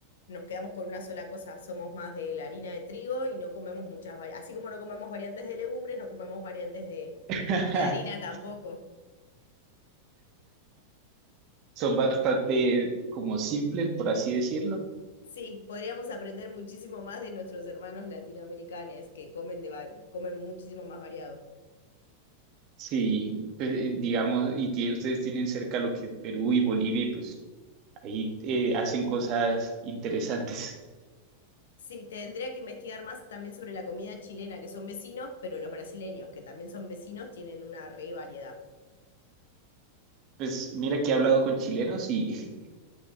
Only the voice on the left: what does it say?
nos quedamos con una sola cosa. Somos más de la harina de trigo y no comemos muchas variantes. Así como no comemos variantes de legumbres, no comemos variantes de,
de harina tampoco.
Sí, podríamos aprender muchísimo más de nuestros hermanos latinoamericanos que comen de, va- comen muchísimo más variado.
Sí, tendría que investigar más también sobre la comida chilena, que son vecinos, pero los brasileños, que también son vecinos, tienen una re variedad.